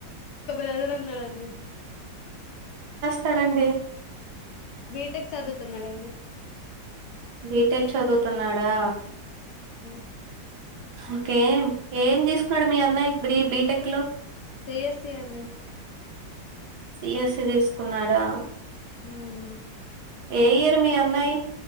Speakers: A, on the left; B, on the right.
A: ఒక బ్రదర్ ఉన్నాడండి
B: తడండి
A: బీటెక్ చదువుతున్నాడండి
B: బీటెక్ చదువుతున్నాడా
A: ఉమ్
B: ఇంకేం ఏం తీసుకున్నాడు మీ అన్నయ బ్రీ బీటెక్ లో
A: సి ఎస్సీ అండి
B: సిఎస్సి తీసుకున్నాడా
A: ఉమ్
B: ఏయ్రు మీ అన్నయి